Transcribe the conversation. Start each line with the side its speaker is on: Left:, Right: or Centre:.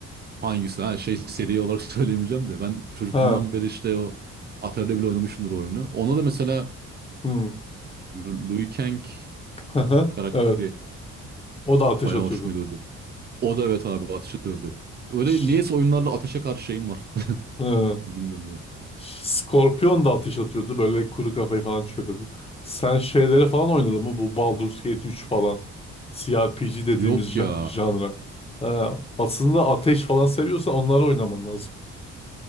Right: Hangisi? Ha, şey seri olarak <laughs> söyleyemeyeceğim de. Ben çocukluğumdan
Left: Ha.
Right: beri işte o Atari'de bile oynamışımdır o oyunu. Ona da mesela
Left: Hı.
Right: Lu- Liu Kang
Left: Hı hı.
Right: karakteri
Left: Evet. O da ateş
Right: bayağı
Left: atıyordu.
Right: hoşuma gidiyordu. O da evet abi ateş ediyordu. Öyle
Left: Ş-
Right: niyeyse oyunlarla ateşe karşı şeyim var.
Left: Hı.
Right: <laughs> Bunu bilmiyorum niye.
Left: Scorpion da ateş atıyordu. Böyle kuru kafayı falan çıkarıyordu. Sen şeylere falan oynadın mı? Bu Baldur's Gate üç falan. CRPG dediğimiz
Right: Yok ya.
Left: ja- janra. Ha, aslında ateş falan seviyorsan onları oynaman lazım.